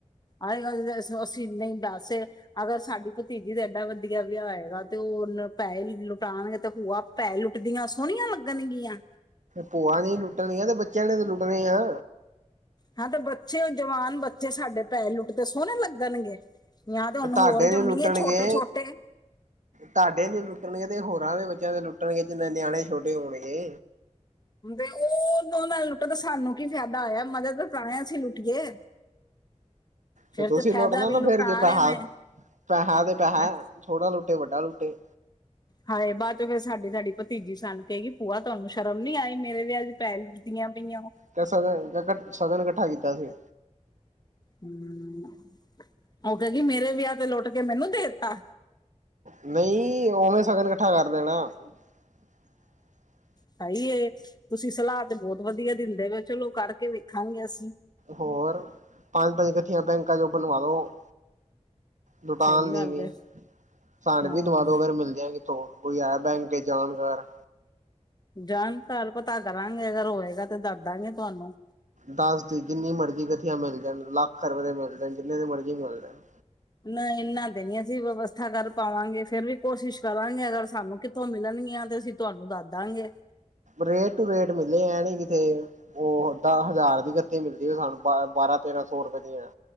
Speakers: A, on the left (about 35°); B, on the right (about 85°).
A: ਆਏਗਾ ਅਸੀਂ ਨਹੀਂ ਦਾਸੇ। ਅਗਰ ਸਾਡੀ ਭਤੀਜੀ ਦਾ ਐਡਾ ਵਧੀਆ ਵਿਆਹ ਹੈਏਗਾ ਤੇ ਉਹ ਪੈਸੇ ਲੁਟਾਉਣਗੇ ਤੇ ਭੂਆ ਪੈਹੇ ਲੁੱਟਦੀਆਂ ਸੋਹਣੀਆਂ ਲੱਗਣਗੀਆਂ।
B: ਭੂਆ ਨੇ ਈ ਲੁੱਟਣੀਆਂ ਤੇ ਬੱਚਿਆਂ ਨੇ ਤੇ ਲੁੱਟਣੇ ਈ ਆ।
A: ਹਾਂ ਤੇ ਬੱਚੇ ਜਵਾਨ ਬੱਚੇ ਸਾਡੇ ਪੈਰ ਲੁੱਟ ਤੇ ਸੋਹਣੇ ਲੱਗਣਗੇ। ਜਾਂ ਤੇ ਹੁਣ
B: ਤੁਹਾਡੇ
A: ਹੋਰ
B: ਨੀ
A: ਜੰਮੀਏ
B: ਲੁੱਟਣਗੇ
A: ਛੋਟੇ-ਛੋਟੇ।
B: ਤੁਹਾਡੇ ਨੀ ਲੁੱਟਣਗੇ ਤੇ ਹੋਰਾਂ ਦੇ ਬੱਚਿਆਂ ਦੇ ਲੁੱਟਣਗੇ ਜਿੰਨਾ ਨਿਆਣੇ ਛੋਟੇ ਹੋਣਗੇ।
A: ਤੇ ਉਹ ਦੇ ਨਾਲ ਲੁੱਟੋ ਤਾਂ ਸਾਨੂੰ ਕੀ ਫਾਇਦਾ ਹੋਇਆ ਮਜ਼ੇ ਤਾਂ ਏ ਅਸੀਂ ਲੁੱਟੀਏ। ਫਿਰ
B: ਤੇ ਤੁਸੀਂ
A: ਫਾਇਦਾ
B: ਲੁੱਟ ਲੋ
A: ਵੀ
B: ਨਾ
A: ਲੁਟਾ
B: ਫੇਰ ਕੀ ਪੈਹਾ,
A: ਰਹੇ ਨੇ
B: ਪੈਹਾ ਤੇ ਪੈਹਾ।
A: ਹੈਂ।
B: ਛੋਟਾ ਲੁੱਟੇ, ਵੱਡਾ ਲੁੱਟੇ।
A: ਹਾਏ ਬਾਅਦ 'ਚ ਫਿਰ ਸਾਡੀ ਸਾਡੀ ਭਤੀਜੀ ਸਾਨੂੰ ਕਹੇਗੀ ਭੂਆ ਤੁਹਾਨੂੰ ਸ਼ਰਮ ਨੀ ਆਈ ਮੇਰੇ ਵਿਆਹ 'ਚ ਪੈਸੇ ਲੁੱਟਦੀਆਂ ਪਈਆਂ ਓ।
B: ਕੇ ਸਗਨ-ਸਗਨ ਇਕੱਠਾ ਕੀਤਾ ਸੀ।
A: ਹੂੰ ਉਹ ਕਹੇਗੀ ਮੇਰੇ ਵਿਆਹ ਤੇ ਲੁੱਟ ਕੇ ਮੈਨੂੰ ਦੇ ਤਾ।
B: ਨਹੀਂ ਉਵੇਂ ਸਗਨ ਇਕੱਠਾ ਕਰ ਦੇਣਾ। <inaudible>
A: ਸਹੀ ਏ, ਤੁਸੀਂ ਸਲਾਹ ਤੇ ਬਹੁਤ ਵਧੀਆ ਦਿੰਦੇ ਪਏ ਓ ਚਲੋ ਕਰਕੇ ਵੇਖਾਂਗੇ ਅਸੀਂ।
B: ਹੋਰ, ਪੰਜ-ਪੰਜ ਇਕੱਠੀਆਂ ਬੈਂਕਾਂ ਜੋ ਬਣਵਾ ਲੋ? ਲੁਟਾਉਣ
A: ਸਹੀ
B: ਲਈ
A: ਗੱਲ
B: ਵੀ,
A: ਹੈ
B: ਸਾਡੇ
A: ਹਾਂ
B: ਵੀ ਦਵਾ ਦੋ ਅਗਰ ਮਿਲ ਜਾਏਗੇ। ਤੋ, ਕੋਈ ਹੈ ਬੈਂਕ ਕੇ ਜਾਣਕਾਰ।
A: ਜਾਣਕਾਰ ਪਤਾ ਕਰਾਂਗੇ ਅਗਰ ਹੋਏਗਾ ਤੇ ਦੱਸਦਾਂਗੇ ਤੁਹਾਨੂੰ।
B: ਦੱਸ ਦੀ ਜਿੰਨੀ ਮਰਜ਼ੀ ਗਥੀਆ ਮਿਲ ਜਾਣ ਲੱਖ ਰੁਪਏ ਦੇ ਮਿਲ ਜਾਣ ਜਿੰਨੇ ਦੇ ਮਰਜ਼ੀ ਮਿਲ ਜਾਣ।
A: ਨਾ ਇਹਨਾਂ ਤੇ ਨੀ ਅਸੀਂ ਵਿਵਸਥਾ ਕਰ ਪਾਵਾਂਗੇ ਫਿਰ ਵੀ ਕੋਸ਼ਿਸ਼ ਕਰਾਂਗੇ ਅਗਰ ਸਾਨੂੰ ਕਿੱਥੋਂ ਮਿਲਣਗੀਆਂ ਤੇ ਅਸੀਂ ਤੁਵਾਨੂੰ ਦੱਹਦਾਂ ਗੇ?
B: ਰੇਟ ਟੂ ਰੇਟ ਮਿਲੇਗਾ। ਐ ਨੀ ਕਿ ਇਥੇ ਉਹ ਦੱਹ ਹਜ਼ਾਰ ਦੀ ਗੱਧੀ ਮਿਲਦੀ। ਉਹ ਸਾਨੂੰ ਬਾ-ਬਾਰਾਂ ਤੇਰਾਂ ਸੋ ਰੁਪਏ ਦੀਆਂ